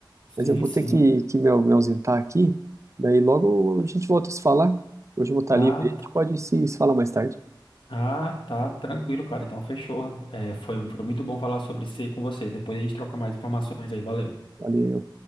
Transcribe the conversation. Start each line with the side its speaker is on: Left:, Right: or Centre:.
Left: Sim,
Right: Mas eu vou
Left: sim.
Right: ter que, que me, me ausentar aqui. Daí logo a gente volta a se falar. Hoje eu vou estar
Left: Ah,
Right: livre, a gente
Left: tá.
Right: pode se, se falar mais tarde.
Left: Ah, tá, tranquilo, cara. Então, fechou. É, foi, foi muito bom falar sobre isso aí com você. Depois a gente troca mais informações aí. Valeu.
Right: Valeu.